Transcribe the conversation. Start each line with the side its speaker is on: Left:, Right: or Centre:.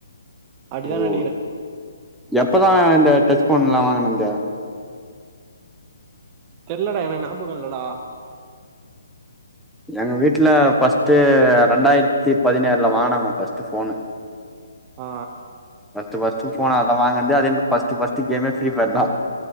Right: அப்டிதா
Centre: ஓ
Right: நெனைக்கிறே
Centre: எப்பதா இந்த டச் போன் எல்லா வாங்கணு இந்த
Right: தெர்லடா எனக்கு ஞாபகோ இல்லடா
Centre: எங்க வீட்ல ஃபஸ்ட்டு ரெண்டாயிரத்தி பதினேழுல வாங்னாங்க ஃபஸ்ட்டு ஃபோனு
Right: ஆ
Centre: பஸ்ட்டு பஸ்ட்டு போன அதா வாங்கறது அதே பஸ்ட் பஸ்ட் கேமே ஃப்ரி ஃபையர் தா